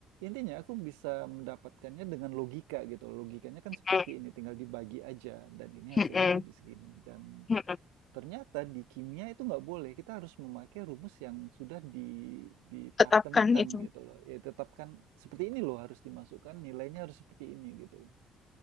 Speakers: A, on the right (about 70°); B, on the left (about 30°).
A: intinya aku bisa mendapatkannya dengan logika gitu. Logikanya kan seperti
B: Mm,
A: ini, tinggal dibagi aja dan ini
B: mm,
A: hasilnya
B: mm,
A: jadi segini. Dan
B: mm.
A: ternyata di kimia itu nggak boleh. Kita harus memakai rumus yang sudah di dipatenkan
B: Tetapkan itu.
A: gitu loh. Ya tetapkan seperti ini loh harus dimasukkan, nilainya harus seperti ini gitu loh.